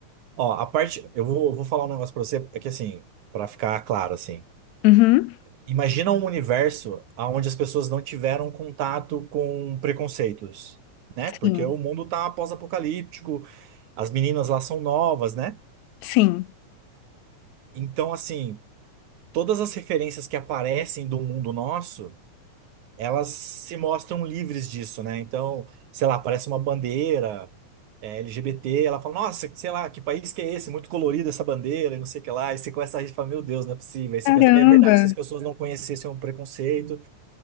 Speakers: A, on the right (about 75°); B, on the left (about 80°).
A: Ó, a parte, eu vou, vou falar um negócio pra você, é que assim, pra ficar claro, assim,
B: Uhum.
A: Imagina um universo onde as pessoas não tiveram contato com preconceitos, né?
B: Sim,
A: Porque o mundo tá pós-apocalíptico, as meninas lá são novas, né?
B: sim.
A: Então, assim, todas as referências que aparecem do mundo nosso, elas se mostram livres disso, né? Então, sei lá, aparece uma bandeira é, LGBT, ela fala, nossa, sei lá, que país que é esse? Muito colorida essa bandeira, e não sei o que lá. E você começa a rir e fala, meu Deus, não é possível. Aí você
B: Caramba,
A: pensa, "Mas é verdade, se as pessoas não conhecessem o preconceito,